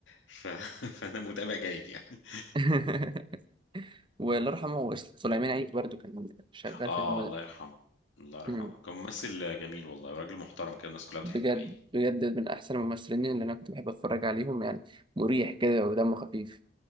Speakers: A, on the left (about 80°); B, on the right (about 25°).
A: ف... <laughs> فانا متابع جيد يعني
B: <laughs> والله يرحمه وإس- سليمان عيد برضو كان شغال
A: اه
B: في المدرسة
A: الله يرحمه الله يرحمه
B: مم.
A: كان ممثل جميل والله وراجل محترم كده الناس كلها بتحبه
B: بجد
A: يعني
B: بجد من احسن الممثلين اللي انا كنت بحب اتفرج عليهم يعني مريح كده ودمه خفيف